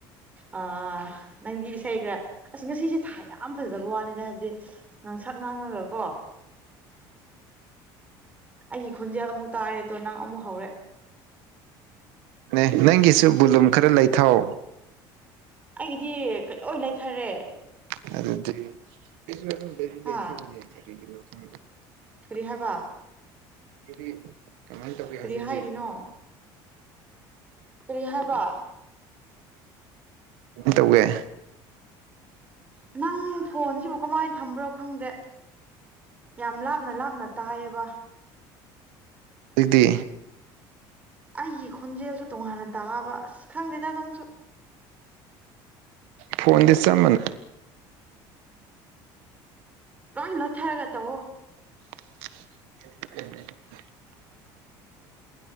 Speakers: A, on the right (about 15°); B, on the right (about 85°).
A: ꯑꯥ ꯅꯪꯗꯤ ꯏꯁꯩꯈ꯭ꯔꯥ ꯑꯁ ꯉꯁꯤꯁꯦ ꯊꯥ ꯌꯥꯝ ꯐꯖꯕ ꯋꯥꯅꯤꯗ ꯍꯥꯏꯕꯗꯤ ꯉꯥꯡꯁꯛ ꯉꯥꯡꯉꯒ ꯀꯣ ꯑꯩꯒꯤ ꯈꯨꯣꯟꯖꯦꯜ ꯑꯃꯨꯛ ꯇꯥꯔꯦꯗꯣ ꯅꯪ ꯑꯃꯨꯛ ꯍꯧꯔꯦ
B: ꯑꯦ ꯅꯪꯒꯤꯁꯨ ꯕꯨꯂꯨꯝ ꯈꯔ ꯂꯩꯊꯧ
A: ꯑꯩꯒꯤꯗꯤ ꯂꯣꯏ ꯂꯩꯊꯔꯦ
B: ꯦ
A: ꯍꯥ
B: ꯊ
A: ꯀꯔꯤ ꯍꯥꯏꯕ
B: ꯗꯤ ꯀꯃꯥꯏꯅ ꯇꯧꯒꯦ ꯍꯧꯖꯤꯛꯇꯤ
A: ꯀꯔꯤ ꯍꯥꯏꯔꯤꯅꯣ ꯔꯤ ꯍꯥꯏꯕ
B: ꯇꯧꯒꯦ
A: ꯅꯪ ꯐꯣꯟꯁꯤꯕꯨ ꯀꯃꯥꯏꯅ ꯊꯝꯕ꯭ꯔꯣ ꯈꯪꯗꯦ ꯌꯥꯝ ꯂꯥꯞꯅ ꯂꯥꯞꯅ ꯇꯥꯏꯌꯦꯕ
B: ꯑꯗꯤ
A: ꯑꯩꯒꯤ ꯈꯣꯟꯖꯦꯜꯁꯨ ꯇꯣꯉꯥꯟꯅ ꯇꯥꯑꯕ ꯑꯁ ꯈꯪꯗꯦꯗ ꯅꯪꯁꯨ
B: ꯐꯣꯟꯣꯟꯗꯤꯁ ꯃꯅꯦ
A: ꯅꯪ ꯅꯠꯇꯔꯒ ꯇꯕꯣ
B: <unintelligible>